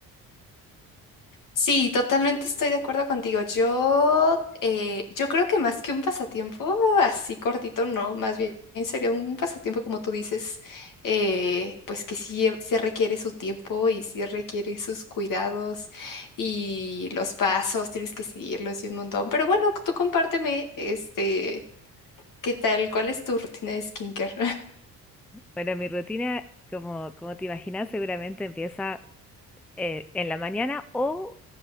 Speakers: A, on the left; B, in the centre.
A: Sí, totalmente estoy de acuerdo contigo. Yo, eh, yo creo que más que un pasatiempo así cortito, no, más bien sería un pasatiempo como tú dices, eh, pues que sí, sí requiere su tiempo y sí requiere sus cuidados y los pasos, tienes que seguirlos y un montón. Pero bueno, tú compárteme, este, ¿qué tal? ¿Cuál es tu rutina de skincare?
B: Bueno, mi rutina, como, como te imaginas, seguramente empieza eh, en la mañana o